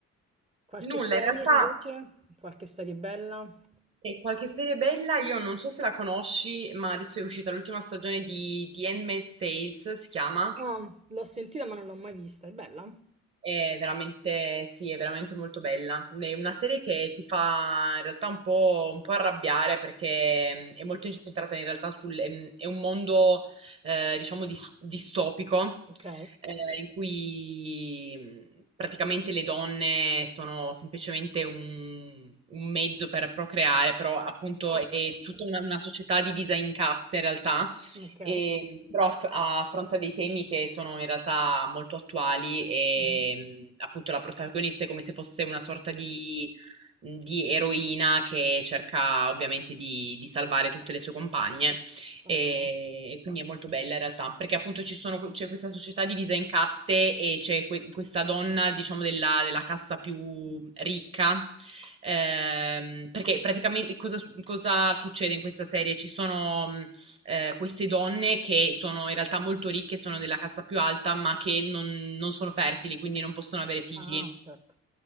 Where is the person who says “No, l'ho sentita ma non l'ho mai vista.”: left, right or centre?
Right